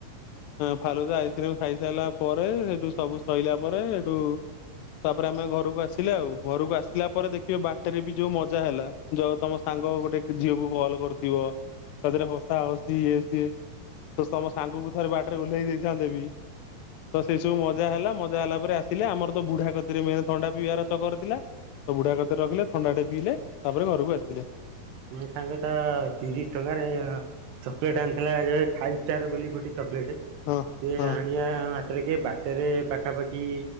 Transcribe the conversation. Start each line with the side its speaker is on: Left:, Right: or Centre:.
Left: ଆଁ ଫାଲୁଦା ଆ ଆଇସ୍କ୍ରିମ ଖାଇ ସାରିଲା ପରେ ସେଠୁ ସବୁ ସଇଲା ପରେ ହେଠୁ ତାପରେ ଆମେ ଘରକୁ ଆସିଲେ ଆଉ ଘରକୁ ଆସିଲା ପରେ ଦେଖିବେ ବାଟରେ ବି ଯୋଉ ମଜା ହେଲା ଯୋଉ ତମ ସାଙ୍ଗ ସାଙ୍ଗ ଗୋଟେ ଝିଅକୁ କଲ୍ କରିଥିବ ତାଥିରେ ହସା ହସି ଇଏ ସିଏ। ତ ତମ ସାଙ୍ଗକୁ ଥରେ ବାଟରେ ଓହ୍ଲେଇ ଦେଇଥାନ୍ତେ ବି ତ ସେଇ ସବୁ ମଜା ହେଲା ମଜା ହେଲା ପରେ ଆମର ତ ବୁଢା କତିରେ ମେନ ଥଣ୍ଡା ପିଇବାର ତ କରିଥିଲା ତ ବୁଢା କତିରେ ରଖିଲେ ଥଣ୍ଡାଟେ ପିଇଲେ ତାପରେ ଘରକୁ ଆସିିଥିଲେ।
Right: ଏ ସାଙ୍ଗ ତ ତିରିଶ ଟଙ୍କାରେ ଚକୋଲେଟ ଆଣିଥିଲା ଯଉ ଏ ଫାଇଭ ଷ୍ଟାର ବୁଲି ଗୁଟେ। ଚକୋଲେଟ
Left: ହଁ
Right: ସେ
Left: ହଁ
Right: ଆଣିବା ମାତ୍ରେକେ ବାଟରେ ପାଖାପାଖି